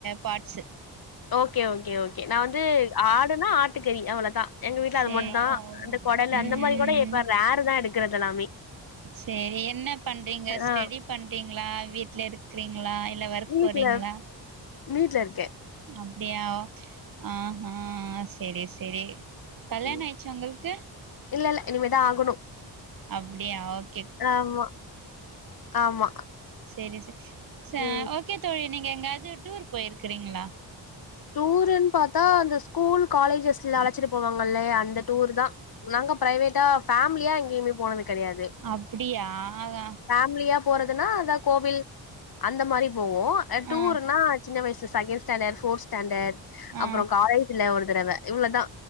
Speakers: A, on the right; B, on the left.
A: பாார்ட்ஸ்
B: ஓகே ஓகே ஓகே நா வந்து ஆடுன்னா ஆட்டுக்கறி அவ்ளதா எங்க வீட்ல அது
A: சேரி
B: மட்டுந்தா இந்த கெடல்லூ
A: ம்
B: அந்த மாதிரி கூட எட்ப்பாங் ரேரு தா எடுக்கறது எல்லாமே
A: சரி என்ன பண்றீங்க ஸ்டெடி
B: ஆ
A: பண்றீங்களா வீட்ல இர் செய்றீங்களா இல்ல ஒர்க்
B: வீட்ல
A: போறீங்களா
B: வீட்ல இருக்கே
A: அப்டியா ஆ ஹாஸ் தேரி செரி கல்யாணோ
B: ம்.
A: ஆயிட்ச்சு உங்களுக்கு
B: இல்ல இல்ல இனிமே தா ஆகனூ
A: அப்படியா அவ்
B: ஆமா ஆமா
A: செரி சொ சொ
B: ம்.
A: ஓகே தோழி நீங்க எங்காயாச்சூ டூர் போயிருக்கறீங்களா
B: டூருன்னு பார்த்தா அந்த ஸ்கூல் காலேஜஸ்ல அழைச்சிட்டு போவாங்கல்லியா அந்த டூர் தா நாங்க பிரைவேட்டா ஃபேமிலியா எங்கேயுமே போனது கிடையாது
A: அப்படியா ஆக
B: ஃபேமிலியா போறதுனா அத கோவில் அந்த மாதிரி போவோ அ டூர்ன்னா
A: ஆ
B: சின்ன வயசுல செகண்ட் ஸ்டாண்டர்ட் ஃபோர்த் ஸ்டாண்டர்ட்
A: ஆ
B: அப்புறோ காலேஜ்ல ஒரு தடவ இவ்ளோதா